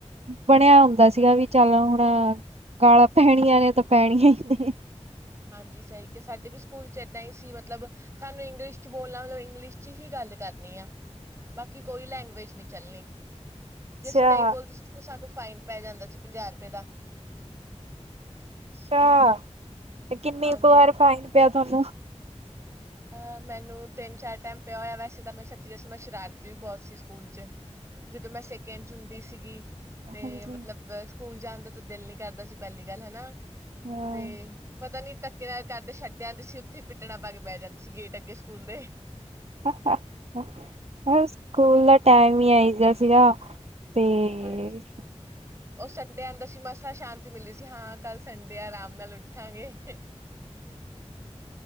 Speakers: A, on the right; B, on the right.
A: ਬਣਿਆ ਹੁੰਦਾ ਸੀਗਾ ਵੀ ਚੱਲ ਹੁਣ ਗਾਲਾਂ ਪੈਣੀਆਂ ਨੇ ਤਾਂ ਪੈਣੀਆਂ ਹੀ ਨੇ।
B: ਹਾਂਜੀ, ਸਹੀ ਕਿ ਸਾਡੇ ਵੀ ਸਕੂਲ ਚ ਏਦਾਂ ਹੀ ਸੀ ਮਤਲਬ ਸਾਨੂੰ ਇੰਗਲਿਸ਼ ਚ ਬੋਲਣਾ ਮਤਲਬ ਇੰਗਲਿਸ਼ ਚ ਹੀ ਗੱਲ ਕਰਨੀ ਆ। ਬਾਕੀ ਕੋਈ ਲੈਂਗੁਏਜ ਨਹੀਂ ਚੱਲਣੀ।
A: ਅੱਛਾ।
B: ਜੇ ਅਸੀਂ ਨਹੀਂ ਬੋਲਦੇ ਤਾਂ ਸਾਨੂੰ ਫਾਈਨ ਪੈ ਜਾਂਦਾ ਸੀ ਪੰਜਾਹ ਰੁਪਏ ਦਾ।
A: ਅੱਛਾ, ਤੇ ਕਿੰਨੀ
B: ਹਾਂਜੀ
A: ਕੁ ਵਾਰ ਫਾਈਨ ਪਿਆ ਤੁਹਾਨੂੰ?
B: ਅ, ਮੈਨੂੰ ਤਿੰਨ-ਚਾਰ ਟਾਈਮ ਪਿਆ ਹੋਇਆ, ਵੈਸੇ ਤਾਂ ਮੈਂ ਤੁਹਾਨੂੰ ਸੱਚੀ ਦਸਾ ਮੈਂ ਸ਼ਰਾਰਤੀ ਵੀ ਬਹੁਤ ਸੀ ਸਕੂਲ ਚ। ਜਦੋਂ ਮੈਂ ਸੈਕਿੰਡ ਚ ਹੁੰਦੀ ਸੀਗੀ
A: ਹਾਂਜੀ
B: ਤੇ ਮਤਲਬ ਸਕੂਲ ਜਾਣ ਦਾ ਤਾਂ ਦਿਲ ਨੀ ਕਰਦਾ ਸੀ ਪਹਿਲੀ ਗੱਲ ਹੈਨਾ,
A: ਹਾਂ
B: ਤੇ ਪਤਾ ਨੀ ਘਰ ਦੇ ਛੱਡ ਆਂਦੇ ਸੀ, ਉੱਥੇ ਹੀ ਪਿੱਟਣਾ ਪਾ ਕੇ ਬਹਿ ਜਾਂਦੇ ਸੀ, ਗੇਟ ਅੱਗੇ ਸਕੂਲ ਦੇ।
A: ਹਾਹਾਹ, ਸਕੂਲ ਦਾ ਟੈਮ ਹੀ ਇਹੋ ਜਿਹਾ ਸੀਗਾ। ਤੇ
B: ਹਾਂਜੀ, ਉਹ ਸੰਡੇ ਆਂਦਾ ਸੀ, ਮਸਾਂ ਸ਼ਾਂਤੀ ਮਿਲਦੀ ਸੀ, ਹਾਂ ਕੱਲ੍ਹ ਸੰਡੇ ਆ, ਆਰਾਮ ਨਾਲ ਉਠ ਹਾਂਜੀ।